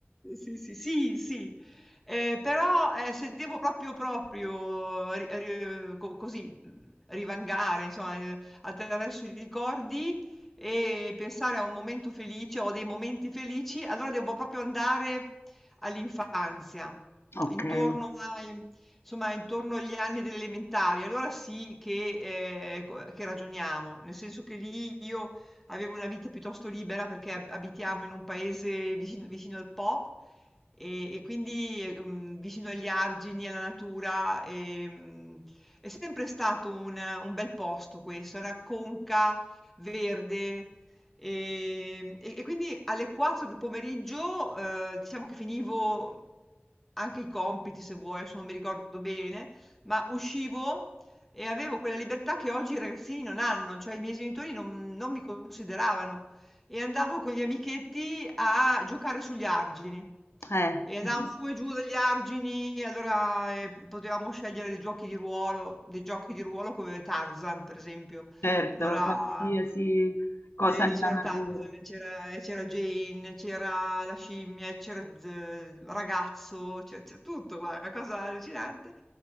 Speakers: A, in the centre; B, on the left.
A: Sì, sì, sì, sì. Eh, però eh, se devo proprio, proprio ri- ri- co- così mh, rivangare, insomma, eh, attraverso i ricordi e pensare a un momento felice o dei momenti felici, allora devo proprio andare all'infanzia,
B: Okay,
A: intorno ai- insomma, intorno agli anni delle elementari. Allora sì che eh, co- che ragioniamo, nel senso che lì io avevo una vita piuttosto libera perché ab- abitiamo in un paese vicino, vicino al Po e, e quindi eh, mm, vicino agli argini, alla natura. e, mm, è sempre stato un, un bel posto questo, una conca verde. E, e- e quindi alle 4 del pomeriggio, eh, diciamo che finivo anche i compiti, se vuoi, adesso non mi ricordo bene, ma uscivo e avevo quella libertà che oggi i ragazzini non hanno, cioè i miei genitori non, non mi consideravano. E andavo con gli amichetti a giocare sugli argini.
B: eh,
A: E andavamo
B: <laughs>
A: su e giù degli argini, allora eh, potevamo scegliere dei giochi di ruolo, dei giochi di ruolo come Tarzan, per esempio.
B: certo,
A: Allora
B: qualsiasi cosa
A: e
B: nella
A: c'era Tarzan,
B: natura.
A: e c'era e c'era Jane, c'era la scimmia, e c'era Z- ragazzo, c'è c'è tutto, guarda, una cosa allucinante,